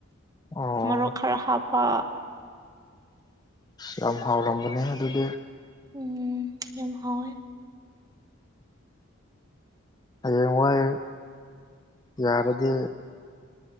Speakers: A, on the left (about 20°); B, on the right (about 20°).
A: ꯑꯣ
B: ꯃꯔꯣꯛ ꯈꯔ ꯍꯥꯞꯄ
A: ꯌꯥꯝ ꯍꯥꯎꯔꯒꯅꯤꯍꯦ ꯑꯗꯨꯗꯤ
B: ꯎꯝ ꯌꯥꯝ ꯍꯥꯎꯋꯦ
A: ꯍꯌꯦꯡ ꯋꯥꯏ ꯌꯥꯔꯗꯤ